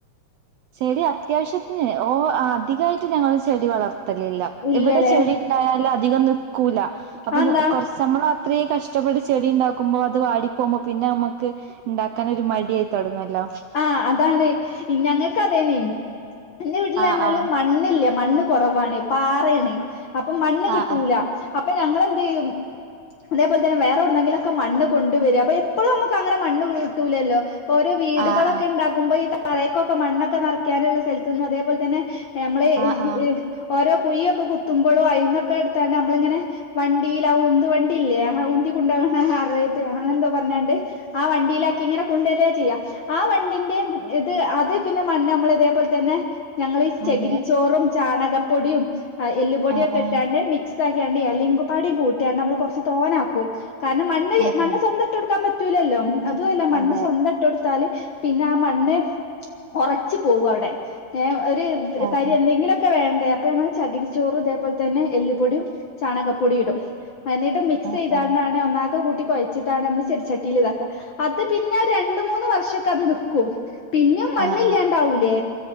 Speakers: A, on the right (about 80°); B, on the left (about 60°).
A: ചെടി അത്യാവശ്യത്തിന് ഓ അധികായിട്ട് ഞങ്ങൾ ചെടി വളർത്തലില്ല
B: ഇല്ലല്ലേ
A: ഇവിടെ ചെടി ഇണ്ടായാല് അധികം നിക്കൂല അപ്പൊ
B: അതെന്താ
A: കൊർ കൊറ് ച്ച് നമ്മള് അത്രീം കഷ്ടപ്പെട്ട് ചെടി ഉണ്ടാക്കുമ്പോൾ അത് വാടി പോകുമ്പോ പിന്നെ നമ്മുക്ക്. ഉണ്ടാക്കാൻ ഒരു മടിയായി തൊടങ്ങല്ലോ?
B: ആഹ് അതാണ് ഞങ്ങൾക്കതേന്ന്‌ എന്റെ വീട്ടിൽ
A: ആഹ്
B: പറഞ്ഞാല്
A: ആഹ്
B: മ ണ്ണില്ലെ മണ്ണ് കുറവാണ് പാറേണ് അപ്പൊ മണ്ണ് കിട്ടൂല.
A: ആഹ്
B: അപ്പം ഞങ്ങളെന്തെയ്യും. അതേപോലെ തന്ന വേറെവ്ട്ന്നെങ്കിലൊക്കെ മണ്ണ് കൊണ്ട് വെര അപ്പം എപ്പഴും നമ്മക്കങ്ങനെ മണ്ണ് ട്ടൂലല്ലോ ഓരോ വീട്.
A: ആഹ്
B: പോ ഈ താറേക്കൊക്കെ മണ്ണൊക്കെ ന്നർക്കാനുള്ള സ്ഥല്ത്തിന്നും അതേപോലെ തന്നെ നമ്മള്
A: ആഹ് ആഹ് ആഹ് ആഹ്
B: ഈ ഓരോ കുഴിയൊക്കെ കുത്തുമ്പോളും അയിന്നൊക്കെ എട്താണ്ട് നമ്മളിങ്ങനെ. വണ്ടീൽ ആ ഉന്ത് വണ്ടിയില്ലേ ഉന്തി കൊണ്ടോണെ അറേബ്യ അങ്ങനെന്തോ പറഞ്ഞാണ്ട്. ആ വണ്ടിയിലാ ക്കിങ്ങനെ കൊണ്ട് വെര്ലാ ചെയ്യാ ആ മണ്ണിന്റെ ഇത് അത് പിന്നെ മണ്ണ് നമ്മൾ ഇതേപോലെ തന്നെ. ഞങ്ങളീ ചെകിരിച്ചോറും
A: അതെ
B: ചാണകപ്പൊടിയും എല്ലുപൊടിയും
A: ആഹ്
B: ഒക്കെ
A: ആഹ്
B: ഇട്ടാണ്ട് മിക് സ്സാക്കികാൻഡ്‌ എലിം ഒക്കപ്പാടിം കൂട്ടിയാണ്ട് നമ്മൾ കൊറ്ച്ച് തോനാക്കും കാരണം മണ്ണ്
A: ആഹ്
B: മണ്ണ്
A: ആഹ്
B: സ്വന്തം ഇട്ട് കൊടുക്കാൻ പറ്റൂലല്ലോ അതും അല്ല മണ്
A: അതെ
B: സ്വന്ത ഇട്ട് കൊടുത്താല്. പിന്നെ ആ മണ്ണ് ഉറച്ച് പോവും അവിടെ ഏ ഒരു.
A: ആഹ്
B: തരി എന്തെങ്കിലുംഒക്കെ വേണ്ടേ. അപ്പം ഞങ്ങൾ ചകിരിച്ചോറും അതേപോലെ തന്നെ എല്ലുപൊടിയും ചാണകപ്പൊടി ഇടും. എന്നിട്ട് മിക്സ്
A: ആഹ്
B: ചെയ്താണ്ടാണ്
A: ആഹ്
B: ഒന്നാക്ക കൂട്ടി കൊയ് ച്ചിട്ടാണ് നമ്മള് ചെടിച്ചട്ടിയിൽ ഇതാക്ക അത് പിന്നെ ഒരു രണ്ട് മൂന്ന് വർഷം ഒക്കെ അത് നിൽക്കും. പിന്നേ മണ്ണില്ലാണ്ടാവൂലേ
A: ആഹ് ആഹ് ആഹ്